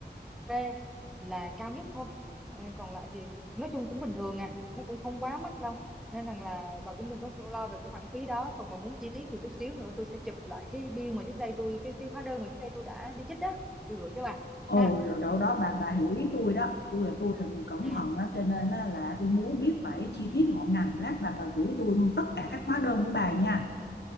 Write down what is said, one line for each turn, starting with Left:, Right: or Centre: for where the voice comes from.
Centre: B là cao nhất thôi Ờ, còn lại thì nói chung cũng bình thường à nó cũng không quá mắc đâu nên rằng là bà cũng đừng có lo về cái khoản phí đó còn bà muốn chi tiết thì chút xíu nữa tôi sẽ chụp lại cái bill mà trước đây tôi cái cái hóa đơn mà trước đây tôi đã đi chích á tôi gửi cho bà
Left: Ồ
Centre: ha
Left: rồi đâu đó
Centre: ừ
Left: bà bà hiểu ý tôi đó tôi là tôi là người cẩn
Centre: ừ
Left: thận đó cho nên là, là tôi muốn biết phải chi tiết ngọn ngành lát bà bà gửi tôi tất cả các hóa đơn của bà nha